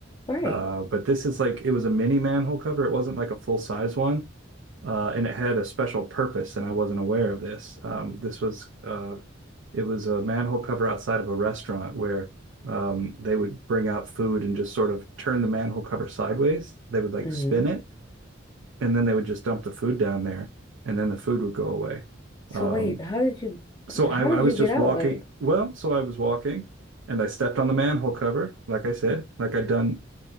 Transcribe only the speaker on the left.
Right.
Mm-hmm.
So
wait, how did you
how
did
you
get out?
Like,